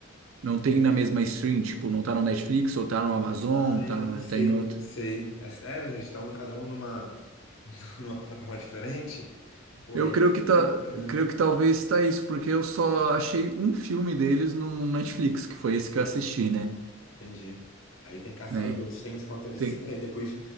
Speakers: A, on the right; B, on the left.
A: Não tem
B: Eu-
A: na mesma stream, tipo, não tá no Netflix, ou tá no Amazon,
B: Ah, é,
A: tá,
B: não sei,
A: tá em outro.
B: não sei. É sério, eles estão cada um numa, <laughs> numa plataforma diferente? Pô,
A: Eu
B: aí
A: creio
B: dificulta,
A: que tá,
B: né?
A: creio que talvez está isso, porque eu só achei um filme deles no Netflix, que foi esse que eu assisti, né?
B: Entendi. Aí tem que caçar
A: Né?
B: os outros. Tem uns cantões
A: Tem...
B: de cinza, aí depois